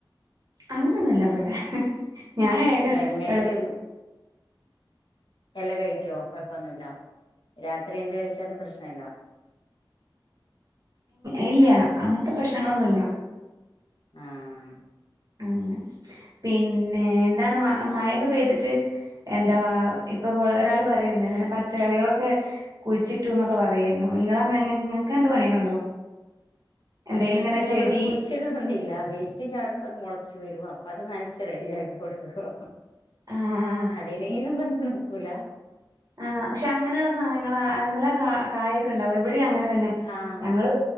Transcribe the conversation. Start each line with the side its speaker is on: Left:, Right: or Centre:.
Right: അങ്ങനെന്നുല്ലവിടെ ഞൻ ഏഴ്
Left: അല്ല ഇങ്ങക്ക്
Right: എളുപ്പ
Left: എല്ലാം കഴിക്കുവോ കുഴപ്പൊന്നുല്ല രാത്രി എന്ത കൈച്ചാലും പ്രശ്ന ഇല്ല
Right: ഇല്ല അങ്ങനത്തെ പ്രശ്നങ്ങളൊന്നുല്ല.
Left: ആഹ്
Right: അങ്ങനെ പിന്നെ എന്താണ് മ മഴൊക്കെ പെയ്തിട്ട് എന്താ ഇപ്പൊ ഒരാള് പറയരുന്നു ഇങ്ങനെ പച്ചക്കറികളൊക്കെ കുഴിച്ചിട്ടു ന്നൊക്കെ പറയായിരുന്നു നിങ്ങളെ നിങ്ങക്ക് അങ്ങനത്തെ പണിയൊക്കെ ഉണ്ടോ?
Left: പച്ചക്കറി
Right: എന്തേലും ഇങ്ങനെ
Left: നമ്മള്
Right: ചെടി
Left: കുയി ച്ചടൊന്നില്ല വേസ്റ്റ് ചാടും അത് മുളച്ചു വരും അപ്പൊ അത് നനച്ച് റെഡിയാക്കി കൊടുക്കും.
Right: ആഹ്.
Left: അതേന പറഞ്ഞ് നടക്കൂല
Right: ആഹ പക്ഷെ അങ്ങനെയുള്ള സാധനങ്ങ അതിമ്മല കായൊക്കെ ഉണ്ടാവ ഇവിടെ അങ്ങനെ തന്നെ
Left: ആഹ്
Right: ഞങ്ങള്